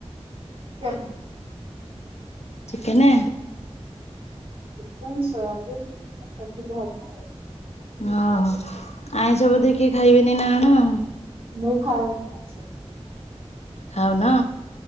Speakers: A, on the right; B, on the left.
A: ପୋଇ।
B: ଚିକେନେ?
A: ଚିକେନ୍ ସୟାବିନ୍ ଏତିକି ହବ ଆଉ।
B: ଓହୋ ଆଇଁଷ ବୋଧେ କିଏ ଖାଇବେନି ନା ଅଣ।
A: ମୁଁ ଖାଉନି ଆଇଁଷ।
B: ଖାଉନ?